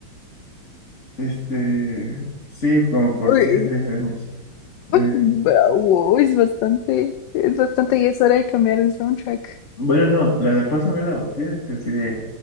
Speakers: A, on the left (about 40°); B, on the left (about 75°).
A: Este, sí, como por
B: Uy,
A: siete años. Eh,
B: Bravo, es bastante, es bastante y es hora de cambiar el soundtrack.
A: bueno, no, la de Pásame la botella, este, así de,